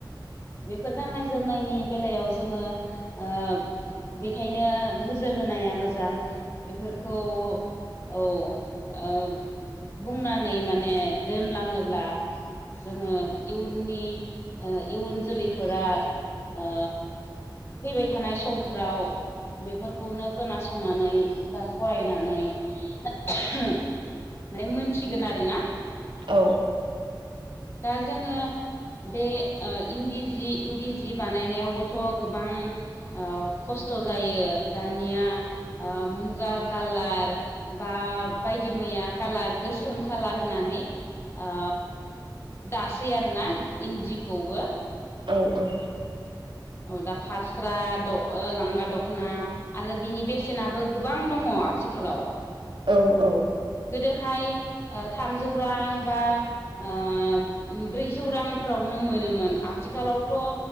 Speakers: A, on the left (about 35°); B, on the right (about 80°).
A: बेफोर गाननाय-जोमनायनि बेलायाव जोङो ओ बेखायनो नोजोर होनाया मोजां। बेफोरखौ औ ओ बुंनानै माने दोनलाङोब्ला जोङो इयुननि ओ इयुन जोलैफोरा ओ फैबाय थानाय समफ्राव बेफोरखौनो खोनासं- संनानै बा फरायनानै <unintelligible> माने मोनथिगोन आरो ना।
B: औ
A: दा जोङो बे ओ इन्दि जि इन्दि जि बानायनायावबोथ' गोबां ओ खस्थ' जायो दानिया ओ मुगा कालार बा बायदि मैया कालार गोसोम कालार होननानै ओ दासै आरो ना इन्दिखौबो
B: औ औ
A: औ दा फास्रा द' ओ लांगा दख'ना आरो बिनि बेसेनाबो गोबां दङ आथिखालाव।
B: औ औ
A: गोदोहाय ओ थामजौ रां बा ओ ब्रैजौ रांफ्रावनो मोनोमोन। आथिखालाव- थ'